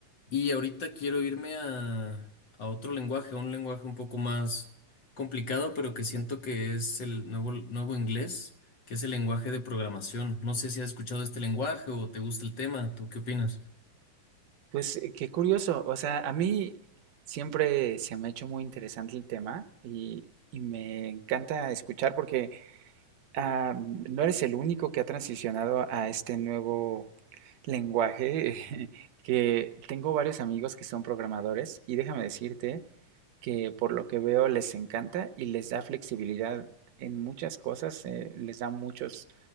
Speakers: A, on the left (about 50°); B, on the right (about 80°).
A: Y ahorita quiero irme a, a otro lenguaje, a un lenguaje un poco más complicado, pero que siento que es el nuevo, nuevo inglés, que es el lenguaje de programación. No sé si has escuchado este lenguaje o te gusta el tema. ¿Tú qué opinas?
B: Pues eh, qué curioso. O sea, a mí siempre se me ha hecho muy interesante el tema y, y me encanta escuchar porque ah, no eres el único que ha transicionado a este nuevo lenguaje, <laughs> que tengo varios amigos que son programadores y déjame decirte que por lo que veo les encanta y les da flexibilidad en muchas cosas, eh, les da muchos